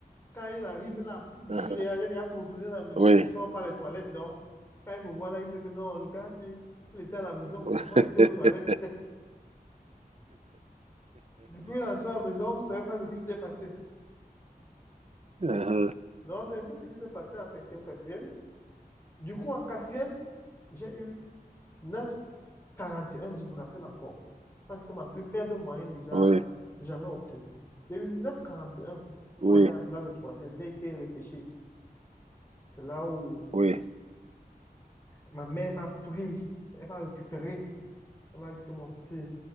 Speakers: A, on the left; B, on the right.
A: Quand il arrive là, pouf, je
B: Uhum.
A: suis derrière, j'ai déjà contourné la maison,
B: Oui.
A: je sors par les toilettes. Donc, quand il me voit là, il sait que non, le gars, si il était à la maison,
B: <laughs>
A: seulement il était aux toilettes. Du coup, il est entré à la maison, il ne savait pas ce qui s'était passé.
B: Uhum.
A: Donc, c'est un peu ce qui s'est passé en cinquième, quatrième. Du coup, en quatrième, j'ai eu neuf virgule quarante et un je me rappelle encore. Ça, c'était ma plus faible moyenne déjà
B: Oui,
A: jamais obtenue. J'ai eu neuf virgule quarante et un
B: oui,
A: pour aller en classe de troisième. J'ai été repêché. C'est là où
B: oui.
A: ma mère m'a pris. Elle m'a récupéré. Elle m'a dit que mon petit,